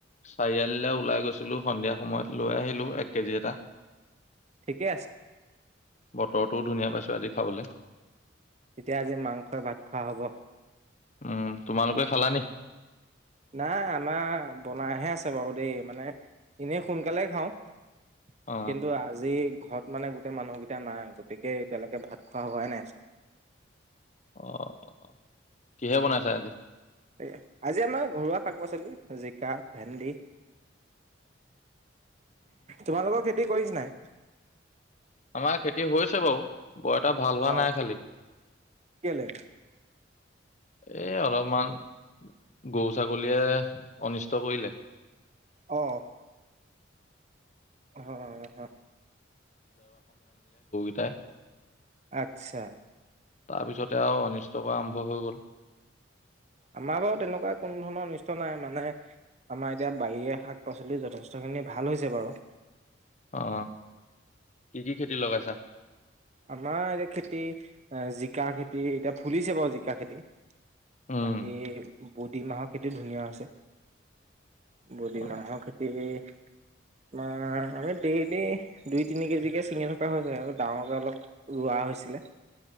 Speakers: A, on the left (about 35°); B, on the right (about 35°).
A: চাৰিআলিলৈ ওলাই গৈছিলো সন্ধিয়া সময়ত লৈ আহিলো এক কেজি এটা।
B: ঠিকেই আছে।
A: বতৰটোও ধুনীয়া পাইছোঁ আজি খাবলৈ।
B: তেতিয়া আজি মাংসই ভাত খোৱা হ'ব।
A: উম', তোমালোকে খালা নি?
B: নাই আমাৰ বনাইহে আছে বাৰু দেই মানে এনে সোনকালে খাওঁ। কিন্তু
A: অ
B: আজি, ঘৰত মানে গোটেই মানুহকেইটা নাই গতিকে এতিয়ালৈকে ভাত খোৱা হোৱাই নাই আছিল।
A: অ ', কিহে বনাইছা আজি?
B: তাকে আজি আমাক ঘৰুৱা শাক পাচলি জিকা, ভেন্দি, তোমালোকৰ খেতি কৰিছে নাই?
A: আমাৰ খেতি হৈছে বাৰু। বৰটা ভাল হোৱা
B: অ',
A: নাই খালি।
B: কেলে?
A: এ', অলপমান গছ ছাগলীয়ে অনিষ্ট কৰিলে।
B: অঁ', অ', - অ', - অ ',
A: ত',
B: আচ্ছা,
A: তাৰপিছতে আৰু অনিষ্ট কৰা আৰম্ভ হৈ গ'ল।
B: আমাৰ বাৰু তেনেকুৱা কোনো ধৰণৰ অনিষ্ট নাই মানে আমাৰ এতিয়া বাৰিৰে শাক পাচলি যথেষ্টখিনি ভাল হৈছে বাৰু।
A: অ', কি- কি খেতি লগাইছা?
B: আমাৰ এতিয়া খেতি জিকা খেতি এতিয়া ফুলিছে বাৰু জিকা খেতি।
A: উম,
B: বাকী বডি মাহৰ খেতি ধুনীয়া আছে। বুডিমাহৰ
A: অ',
B: খ এই', আমাৰ আমি ডেইলি -ডেইলি দুই তিনি কেজিকৈ ছিঙি থকা হৈ যায় আৰু ডাঙৰকৈ অলপ, ৰোৱা হৈছিলে।